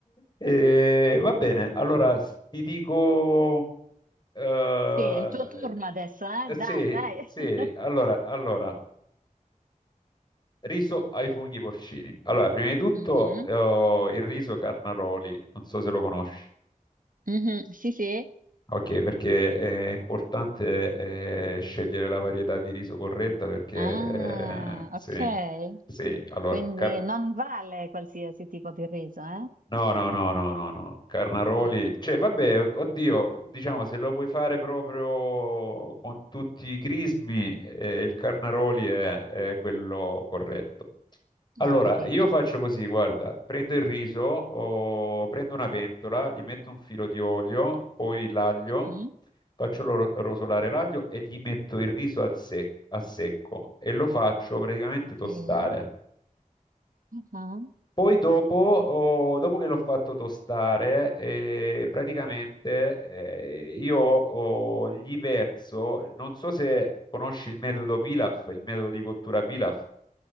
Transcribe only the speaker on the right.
Sì, è il tuo turno adesso, eh? Dai,
dai.
<laughs>
Mhm,
mhm, Sì, sì.
Ah,
ok.
Quindi
non vale qualsiasi tipo di riso, eh?
Ah,
ho capito.
Mhm.
Sì. Ah,